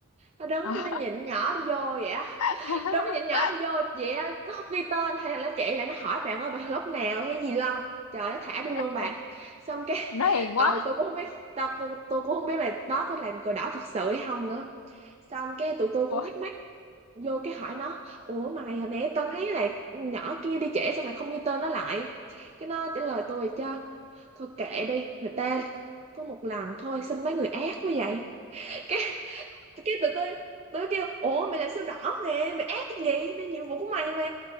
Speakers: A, on the right (about 30°); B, on the left (about 85°).
A: nó đứng
B: Ờ.
A: cái nó nhịn nhỏ đi vô vậy á
B: <laughs>
A: đứng nó nhịn nhỏ đi vô vậy á nó không ghi tên hay là nó chạy lại nó hỏi bạn ơi bạn lúc nào hay gì không trời nó thả đi luôn bạn
B: ủa,
A: xong cái <laughs>
B: nó hiền
A: ừ
B: quá
A: tôi cũng không biết tao cô tôi cũng không biết là đó có làm cờ đỏ thật sự hay không nữa xong cái tụi tôi cũng
B: ủa
A: thắc mắc vô cái hỏi nó ủa mày hồi nãy tao thấy là nhỏ kia đi trễ sao mày không ghi tên nó lại cái nó trả lời tôi cho thôi kệ đi người ta có một lần thôi sao mấy người ác quá vậy cái cái tụi tôi tụi tôi kêu ủa mày là sao đỏ mẹ mày ác cái gì nó nhiệm vụ của mày mà